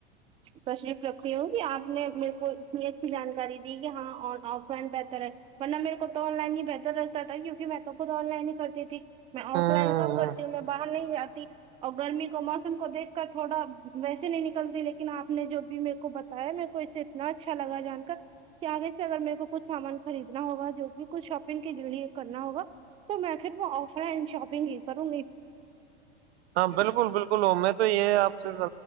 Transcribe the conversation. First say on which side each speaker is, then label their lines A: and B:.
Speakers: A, on the right; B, on the right.
A: تشریف رکھتی ہوں کہ آپ نے میرے کو اتنی اچھی جانکاری دی کہ ہاں آف رائنٹ بہتر ہے ورنہ میرے کو تو آ لائن ہی بہتر لگتا تھا کیونکہ میں تو خود آن لائن ہی کرتی تھی میں آف
B: ہ
A: لائن کم کرتی ہوں میں باہر نہیں جاتی اور گرمی کو موسم کو دیکھ کر تھوڑا ویسے نہیں نکلتی لیکن آپ نے جو بھی میرے کو بتایا میرے کو اس سے اتنا اچھا لگا جان کر کیانےے سے اگر میرے کو کچھ سامان خریدنا ہوگا جو بھی کچھ شاپنگ کےعے کرنا ہوگا تو میں پھر وہ آف شاپنگ ہی کروں گی
B: ہاں بالکل بالکل ا میں تو یہ آپ سے